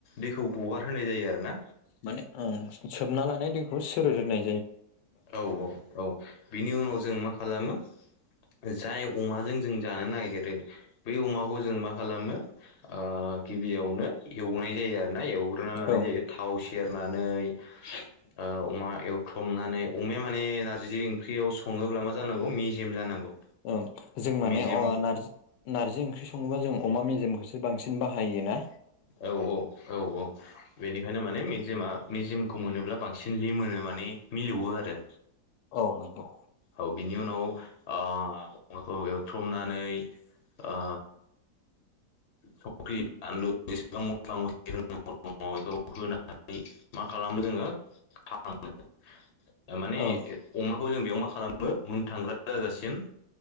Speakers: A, on the left (about 45°); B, on the left (about 85°).
A: दैखौ गगारहोनाय जायो आरो ना
B: माने ओं सोबना लानाय दैखौ सोरोदहोनाय
A: औ औ औ बिनि उनाव जों मा खालामो जाय अमाजों जों जानो नागिरो बै अमाखौ जों मा खालामो ओ गिबियावनो एवनाय जायो आरोना एव ग्रोना लानाय
B: औ
A: जायो थाव सेरनानै ओ अमा एव थ्रमनानै अमाया माने नारजि ओंख्रियाव सङोब्ला मा जानांगौ मेजेम जानांगौ
B: औ जों माने
A: मेजेम
B: अमा नारजि नारजि ओंख्रि सङोबा जों अमा मेजेमखौसो बांसिन बाहायो ना
A: औ औ औ औ बेनिखायनो माने मेजिमा मेजिमखौ मोनोब्ला बांसिन लिमोनो माने मिलौवो आरो।
B: औ नोंगौ
A: औ बिनि उनाव ओ अमाखौ एवथ्रमनानै ओ संख्रि बानलु बेसेबां मस्ला मस्लि <unintelligible> नांगौ <unintelligible> होनानै मा खालामो जोङो <unintelligible> माने
B: ओं
A: अमाखौ जों बेयाव मा खालामो उन थांग्रा जाजासिम